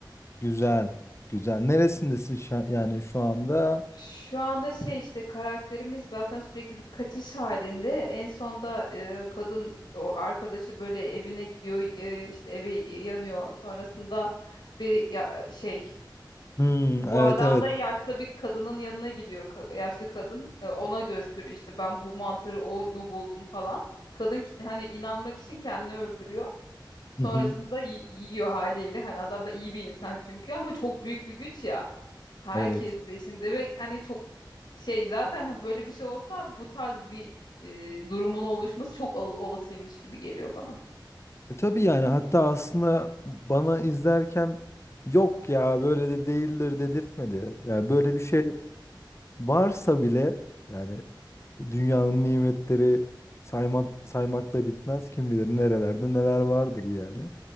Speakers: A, on the left; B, on the left.
A: Güzel. Güzel. Neresindesin şu an- yani şu anda?
B: Şu anda şey işte karakterimiz zaten sürekli bir kaçış halinde. En sonda e, kadın o arkadaşı böyle evine gidiyor e, işte eve yanıyor. Sonrasında bir ya- şey
A: Hmm,
B: bu
A: evet
B: adam
A: evet.
B: da yaşlı bir kadının yanına gidiyor. Ka- yaşlı kadın e, ona gösteriyor işte ben bu mantarı onu buldum falan. Kadın ki- hani inanmak için kendini öldürüyor. Sonrasında
A: Hı hı.
B: y- yiyor haliyle. Hani adam da iyi bir insan çünkü ama çok büyük bir güç ya. Herkes
A: Evet.
B: peşinde ve hani çok şey zaten hani böyle bir şey olsa bu tarz bir e, durumun oluşması çok ol- olasıymış gibi geliyor bana.
A: E tabii yani hatta aslında bana izlerken yok ya böyle de değildir dedirtmedi. Yani böyle bir şey varsa bile yani dünyanın nimetleri sayma, saymakla bitmez. Kim bilir nerelerde neler vardır yani.